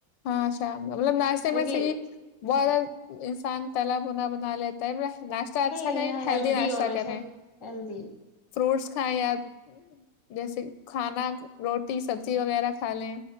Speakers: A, on the left (about 80°); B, on the left (about 20°).
A: ہاں شا مطلب ناشتے
B: کیونکہ
A: میں سے کی بہت انسان تلا بنا بنا لیتا ہے ب ناشتہ اچھا
B: نہیں
A: کریں
B: ہاں
A: ہیلدی ناشتہ
B: ہونا
A: کریں
B: چاہیے ہیلدی
A: فروٹس کھائیں یا جیسے کھانا روٹی سبزی وغیرہ کھا لیں